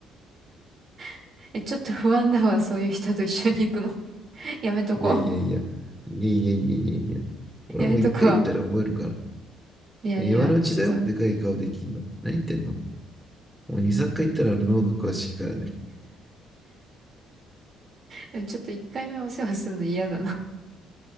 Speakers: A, on the right; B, in the centre.
A: <laughs> え、ちょっと不安だわ。そういう人と一緒に行くの。<laughs> やめとこ
B: いやいや。いやいやいやいやいや。俺も一回行ったら覚えるから。
A: う。<laughs> やめとくわ。いやいや、
B: 今のうちだよ。
A: ちょっと、
B: でかい顔できんの。何言ってんのもう2、3回行ったらあの脳が詳しいからね。
A: でもちょっと一回目お世話するの嫌だな。